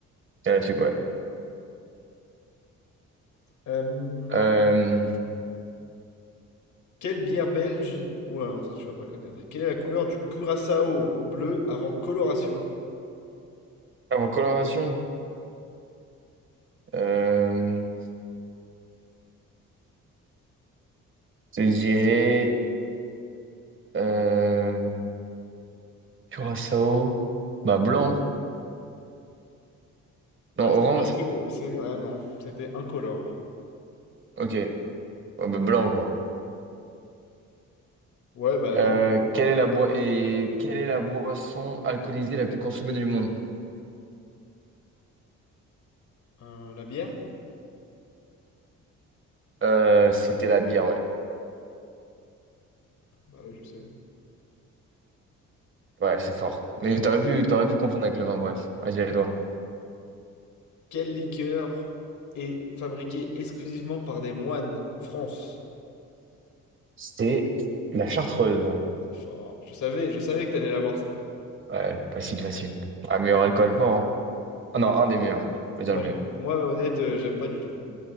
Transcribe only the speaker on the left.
Euh,
Quelle bière belge? Oula, non, ça tu vas pas connaître. Quelle est la couleur du curaçao bleu avant coloration?
Bah,
c'est presque. C'est... Ouais, non, c'était incolore.
Ouais, bah
non. incolore.
Euh, la bière?
Bah oui, je sais.
Quelle liqueur est fabriquée exclusivement par des moines en France?
C'est fort. Je savais, je savais que t'allais l'avoir celle-là.
Moi,
j'ai- moi, honnête, euh, j'aime pas du tout.